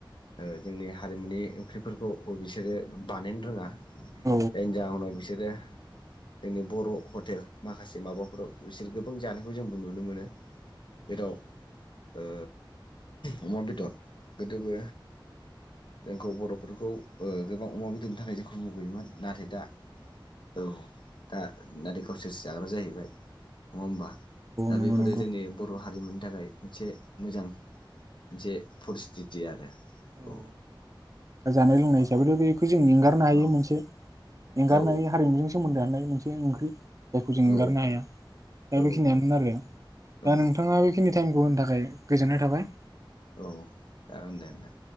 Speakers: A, on the left (about 65°); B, on the right (about 40°).
A: ओ जोंनि हारिमुनि ओंख्रिफोरखौ बिसोरो बानायनो रोङा।
B: औ
A: जायनि जाउनाव बिसोरो जोंनि बर' हटेल माखासे माबाफोराव बिसोर गोबां जानायखौ जोंबो नुनो मोनो जेराव ओ। अमा बेदर गोदोबो जोंखौ बर'फोरखौ ओ गोबां अमा बेदरनि थाखाय जोंखौ मुगैयोमोन नाथाय दा औ दा नाथाय गावसोरसो जाग्रा जाहैबाय। नङा होमबा? दा
B: नंगौ
A: बेफोरो
B: नंगौ
A: जोंनि बर'‌ हारिमुनि थाखाय मोनसे मोजां। जे फरिस्थिति आरो
B: अ
A: औ
B: दा जानाय लोंनाय हिसाबैथ' बे बेखौ जों एंगारनो हायो
A: औ
B: मोनसे। एंगारनाय
A: औ
B: हारिमुजों सोमोन्दोआनो मोनसे ओंख्रि जायखौ जों
A: औ
B: एंगारनो हाया दा
A: औ
B: बेखिनियानो आरो दा
A: औ
B: नोंथाङा बेखिनि टाइमखौ होनो थाखाय गोजोननाय थाबाय।
A: औ जागोन दे। दे नोंथां